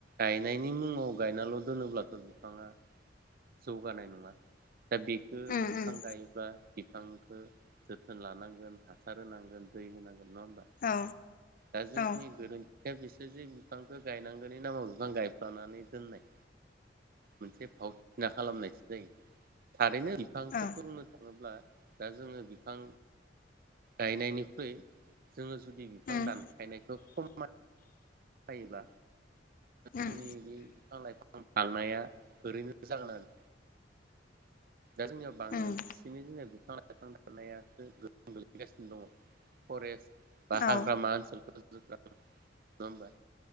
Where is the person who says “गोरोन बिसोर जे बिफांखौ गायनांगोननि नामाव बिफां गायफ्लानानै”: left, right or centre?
Right